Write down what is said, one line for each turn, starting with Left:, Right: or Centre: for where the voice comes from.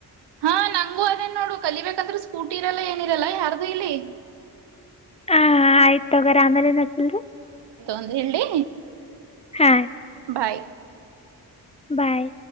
Right: ಹಾ ನಂಗೂ ಅದೇನ್ ನೋಡು ಕಲಿಬೇಕಂದ್ರ ಸ್ಕೂಟಿ ಇರಲ್ಲ ಏನಿರಲ್ಲ ಯಾರ್ದು ಇಲ್ಲಿ
Left: ಹಾ ಆಯ್ತು ತಗಾರ ಆಮೇಲೆ ನಸಲ್ರಿ
Right: ಒಂದು ಹೇಳಿ
Left: ಹಾ
Right: ಬಾಯ್
Left: ಬಾಯ್